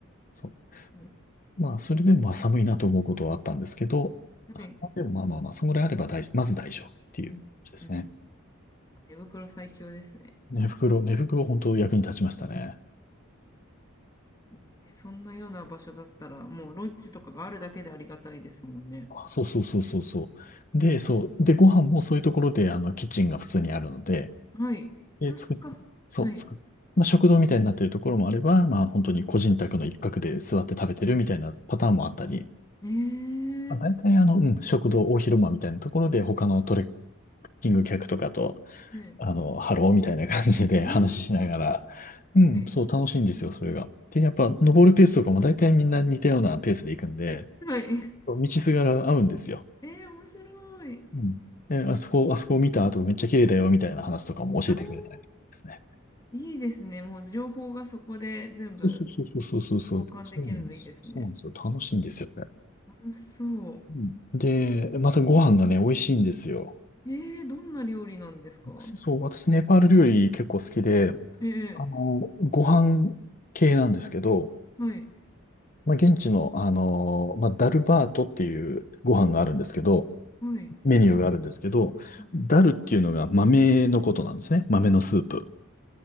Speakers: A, on the left; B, on the left.
A: そう。
B: すごいです。
A: まあそれでもまあ寒いなと思うことはあったんですけど、
B: はい。
A: でもまあまあまあ、そのぐらいあれば大、まず大丈夫っていう感じですね。
B: うんうんうん。手袋最強ですね。
A: 寝袋、寝袋本当役に立ちましたね。
B: ねそんなような場所だったら、もうロッジとかがあるだけでありがたいですもんね。
A: あそうそうそうそうそう。で、そう。で、ご飯もそういうところで、あの、キッチンが普通にあるので、
B: はい。
A: で、
B: あ、
A: 作っ、
B: そっか。
A: そう、
B: はい。
A: 作っ、まあ、食堂みたいになってるところもあれば、まあ、本当に個人宅の一角で座って食べてるみたいなパターンもあったり、
B: えー、
A: まあ、大体、あの、うん、食堂、大広間みたいなところで、他のトレッキング客とかと、
B: ええ
A: あの、ハローみたいな感じで
B: うーん、
A: <laughs> 話ししながら、
B: 楽しそう。
A: うん、
B: はい。
A: そう、楽しいんですよ、それが。で、やっぱ、登るペースとかも大体みんな似たようなペースで行くんで、
B: はい。
A: 道すがら合うんですよ。
B: えー、面白い。
A: うん。え、あそこ、あそこ見た後めっちゃ綺麗だよみたいな話とかも教えてくれたりですね。
B: あーいいですね。もう情報がそこで全部
A: そうそうそうそうそうそうそう。
B: 交換できるのいいですね。
A: そうなんですよ。そうなんですよ。楽しいんですよ、これ。
B: 楽しそ
A: うんで、またご飯がね、美味しいんですよ。
B: う。えー、どんな料理なんですか
A: 私、そう、私、ネパール料理結構好きで、
B: ええ
A: あの、ご飯系なんですけど、
B: はい。
A: まあ、現地の、あの、まあ、ダルバートっていうご飯があるんですけど、
B: はい。
A: メニューがあるんですけど、
B: はい。
A: ダルっていうのが豆のことなんですね。豆のスープ。